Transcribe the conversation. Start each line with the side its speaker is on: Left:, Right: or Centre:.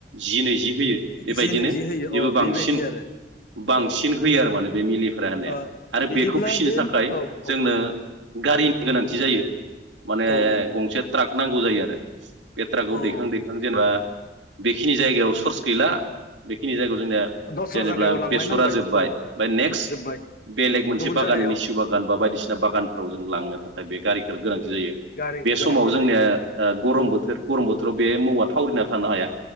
Right: जि नैजि होयो बेबायदिनो
Left: जि नैजि होयो
Right: बेबो
Left: अ
Right: बांसिन
Left: बेबायदि आरो
Right: बांसिन
Left: अ
Right: होयो आरो माने बे मिलिफोरा होननाया
Left: ओ
Right: आरो
Left: बिदिब्ला
Right: बेखौ फिसिनो
Left: बे
Right: थाखाय
Left: औ
Right: जोंनो
Left: औ
Right: <unintelligible> गोनांथि जायो। माने
Left: औ
Right: गंसे
Left: औ
Right: ट्राक नांगौ जायो आरो बे ट्रागाव
Left: औ
Right: दैखां दैखां जेनेबा बेखिनि जायगायाव सर्स गैला बेखिनि जायगा जोंनिया
Left: दस्रा
Right: जेनेब्ला
Left: जायगायाव लांलायनांबाय
Right: बेसरा जोब्बाय
Left: औ
Right: ओमफ्राय नेक्स्ट
Left: जोब्बाय
Right: बेलेग मोनसे
Left: गुबुन
Right: बागान
Left: जायगायाव
Right: लेसिु बागान बा बायदिसि बागानफ्राव जों लांनो थाखाय बे गारिखौनो गोनांथि जायो
Left: गारि
Right: बे
Left: गोनांथि
Right: समाव जोंनिया
Left: जायो
Right: ओ गरम बोथोर गरम बोथोराव बे मवा थावरिना थानो हाया।